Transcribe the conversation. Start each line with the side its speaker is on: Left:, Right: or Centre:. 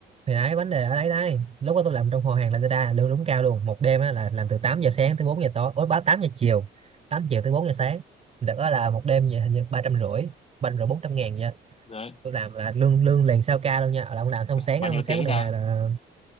Right: thì đấy vấn đề ở đấy đấy lúc đó tôi làm trong kho hàng Lazada lương đúng cao luôn một đêm á, là làm từ 8 giờ sáng tới 4 giờ tối ối báo 8 giờ chiều 8 giờ tới 4 giờ sáng được đó là một đêm vậy hình như ba trăm rưỡi ba trăm rưỡi bốn trăm ngàn nha
Left: rồi
Right: tôi làm là lương lương liền sao ca luôn nha là ông làm xong sáng
Left: bao
Right: á,
Left: nhiêu
Right: sáng
Left: tiếng
Right: này
Left: ra
Right: về là